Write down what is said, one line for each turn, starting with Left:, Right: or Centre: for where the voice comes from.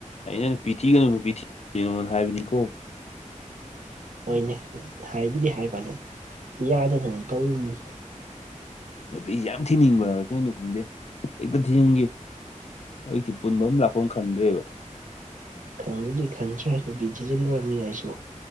Left: ꯑꯩꯅ ꯅꯨꯄꯤ ꯊꯤꯒꯅꯨ ꯅꯨꯄꯤ ꯊꯤꯔꯤꯅꯣꯅ ꯍꯥꯏꯕꯅꯤꯀꯣ
Right: ꯍꯣꯏꯅꯦ ꯍꯥꯏꯕꯨꯗꯤ ꯍꯥꯏꯕ ꯑꯗꯨꯝ ꯌꯥꯗꯗꯅ ꯇꯧꯅꯤ
Left: ꯅꯨꯄꯤꯁꯤ ꯌꯥꯝ ꯊꯤꯅꯤꯡꯕꯔ ꯀꯩꯅꯣ ꯈꯪꯗꯦ ꯍꯦꯛꯇ ꯊꯤꯖꯤꯟꯈꯤ ꯍꯧꯖꯤꯛꯇꯤ ꯄꯨꯟꯕꯝ ꯂꯥꯛ ꯄꯝ ꯈꯪꯗ꯭ꯔꯦꯕ
Right: ꯈꯪꯕꯗꯤ ꯈꯪꯗ꯭ꯔꯦ ꯅꯨꯄꯤ ꯊꯤꯖꯤꯜꯂꯨꯔꯝꯅꯤꯅ ꯑꯩꯁꯨ꯫